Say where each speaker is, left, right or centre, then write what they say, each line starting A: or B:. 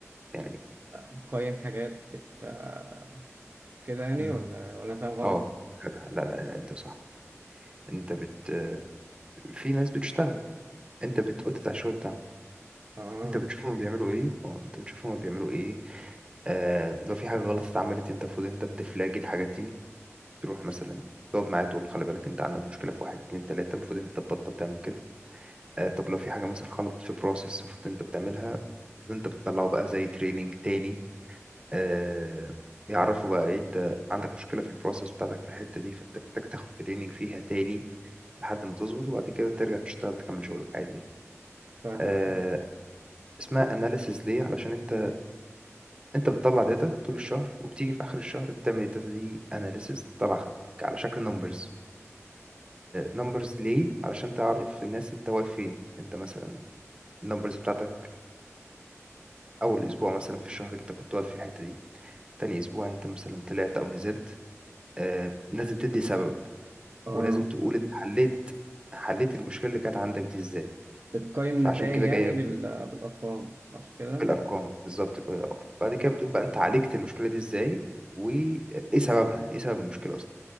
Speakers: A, on the right; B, on the right.
A: يعني
B: آه، قيم حاجات بت آه، كده يعني
A: مم.
B: ولا ولا أنا فاهم غلط؟
A: أه كده لا لا أنت صح أنت بت في ناس بتشتغل أنت بتأوديت على الشغل بتاعهم
B: اه
A: انت بتشوف هما بيعملوا ايه اه انت بتشوف هما بيعملوا ايه آه لو في حاجه غلط اتعملت انت المفروض انت بتفلاجي الحاجات دي تروح مثلا تقعد معاه تقول له خلي بالك انت عندك مشكله في واحد اتنين تلاته المفروض انت تبطل تعمل كده آه طب لو في حاجه مثلا غلط في بروسيس المفروض انت بتعملها المفروض انت بتطلعه بقى زي تريننج تاني آه يعرفوا بقى ايه انت عندك مشكله في البروسيس بتاعتك في الحته دي فانت محتاج تاخد تريننج فيها تاني لحد ما تظبط وبعد كده ترجع تشتغل تكمل شغلك عادي يعني
B: فاهم
A: آه
B: فاهم
A: اسمها اناليسيز ليه علشان انت انت بتطلع داتا طول الشهر وبتيجي في اخر الشهر بتعمل الداتا دي اناليسيس تطلعها على شكل نمبرز نمبرز ليه علشان تعرف الناس انت واقف فين انت مثلا النمبرز بتاعتك اول اسبوع مثلا في الشهر انت كنت واقف في الحتة دي تاني اسبوع انت مثلا طلعت او نزلت آه، لازم تدي سبب
B: اه
A: ولازم تقول انت حليت حليت المشكلة اللي كانت عندك دي ازاي
B: بتقيم
A: فعشان
B: النتائج
A: كده
B: يعني
A: جاية
B: بال... بالأرقام صح كده؟
A: بالارقام بالظبط كده اه. بعد كده
B: يعني
A: بتقول بقى انت عالجت المشكلة دي ازاي وايه سببها ايه سبب المشكلة